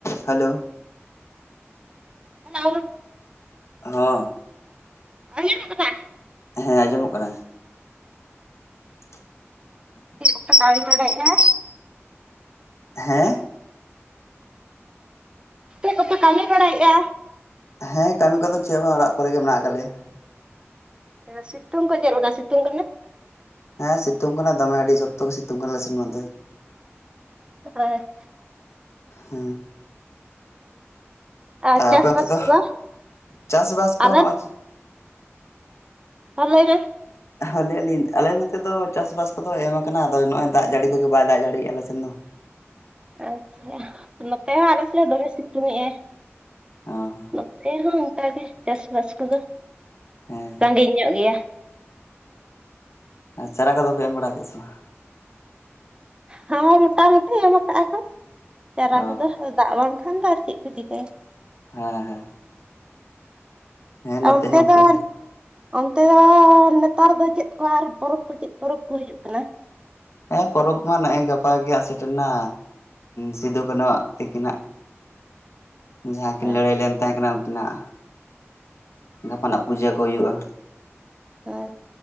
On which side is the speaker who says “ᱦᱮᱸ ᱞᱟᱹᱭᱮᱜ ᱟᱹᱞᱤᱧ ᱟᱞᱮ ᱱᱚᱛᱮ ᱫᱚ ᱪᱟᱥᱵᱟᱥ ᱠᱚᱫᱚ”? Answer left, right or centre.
Left